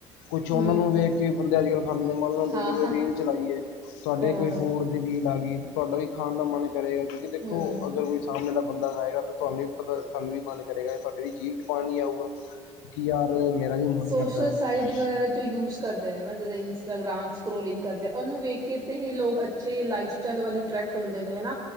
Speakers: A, on the left (about 65°); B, on the right (about 20°).
A: ਕੁਛ
B: ਹਮ
A: ਉਹਨਾਂ ਨੂੰ ਵੇਖ ਕੇ ਬੰਦੇ ਅੱਜ ਕੱਲ ਖਾਂਦੇ ਨੇ ਮੰਨ ਲੋ ਤੁਸੀਂ
B: ਹਾਂ
A: ਕੋਈ ਰੀਲ ਚਲਾਈ ਏ
B: ਹਾਂ
A: ਤੁਆਡੇ ਕੋਈ ਫੂਡ ਦੀ ਰੀਲ ਆ ਗਈ ਤੇ ਤੁਆਡਾ ਵੀ ਖਾਣ ਦਾ ਮਨ ਕਰੇਗਾ ਕਿਉਂਕਿ ਦੇਖੋ
B: ਹਮ
A: ਅਗਰ ਕੋਈ ਸਾਹਮਣੇ ਦਾ ਬੰਦਾ ਖਾਏਗਾ ਤੇ ਤੁਹਾਨੂੰ ਵੀ ਪਤਾ ਸਾਨੂੰ ਵੀ ਮਨ ਕਰੇਗਾ ਤੁਹਾਡੇ ਵੀ ਜੀਵ ਚ ਪਾਣੀ ਆਊਗਾ ਕਿ ਯਾਰ ਮੇਰਾ ਵੀ
B: ਸੋਸ਼ਲ
A: ਮਨ ਕਰਦਾ ਐ।
B: ਸਾਈਟ ਵਗੈਰਾ ਜੋ ਯੂਜ਼ ਕਰਦੇ ਨੇ ਨਾ ਜਿੱਦਾਂ ਇੰਸਟਾਗ੍ਰਾਮ ਸਕਰੋਲਿੰਗ ਕਰਦੇ ਉਹਨੂੰ ਵੇਖ ਕੇ ਤੇ ਇਹ ਲੋਕ ਅੱਛੇ ਲਾਈ ਚਲ ਵਾਲੀ ਟਰੈਕਟ ਹੁੰਦੇ ਨੇ ਹਨਾ